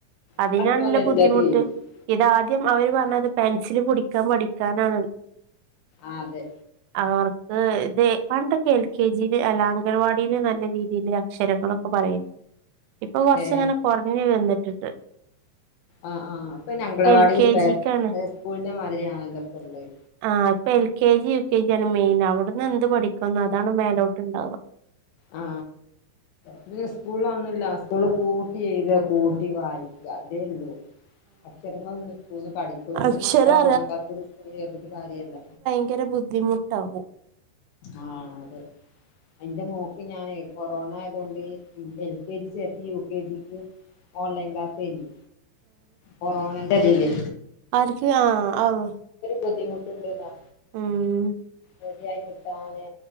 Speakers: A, on the right (about 85°); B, on the left (about 70°).
A: അതിനാണല്ലോ
B: എന്നാ പിന്നെ ഓല് എല്ലതും
A: ബുദ്ധിമുട്ട്
B: എഴുതും
A: ഇതാദ്യം അവര് പറഞ്ഞത് പെൻസില് പുടി കം മടിക്കാനാണ്.
B: ആ അതെ.
A: അവർക്ക് ഇത് പണ്ടൊക്കെ എൽ കെ ജി അല്ല അങ്കൽവാടിന് നല്ല രീതിൽ അക്ഷരങ്ങളൊക്കെ. പറയും ഇപ്പ കൊറച്ചിങ്ങനെ
B: ഏ
A: കൊറഞ് വന്നിട്ടിണ്ട്
B: ആ ആഹ് അപ്പങ്ങനെ അംഗലവാടി
A: എൽ കെ
B: പ്ലേ
A: ജിക്കാണ്
B: സ്കൂളിന്റെ മാതിരിയാണല്ലോ പ്പള്ളത്.
A: ആ ഇപ്പൊ L K G U K G ആണ് മെയിൻ അവിടുന്ന് എന്ത് പഠിക്കുന്ന് അതാണ് മേലോട്ട്ണ്ടാവ
B: ആ പിന്നെ സ്കൂൾല് അതൊന്നൂല്ല സ്കൂള് കൂട്ടി എയ്ത കൂട്ടി വായിക്ക അതേ ള്ളൂ. അക്ഷരങ്ങൾ ഒന്നും സ്കൂൾന്ന് പഠിക്കൂല നമ്മള്
A: അക്ഷരം
B: മക്കളെ ഒന്നാം ക്ലാസ്ല് സ്കൂൾല് ചേർത്തിട്ട് കാര്യല്ല.
A: ഭയങ്കരബുദ്ധിമുട്ട് ആകും.
B: ആ അതെ എന്റെ മോൾക്ക് ഞാന് കൊറോണ ആയത്കൊണ്ട് എൽ കെ ജി ചേർത്ത് യു കെ ജിക്ക് ഓൺലൈൻ ക്ലാസയ്നിം കൊറോണന്റെ തില്.
A: ആര്ക്ക് ആ <unintelligible>
B: ബുദ്ധിമുട്ടുണ്ട്ന്നോ.
A: ഊം
B: റെഡി ആയി കിട്ടാന്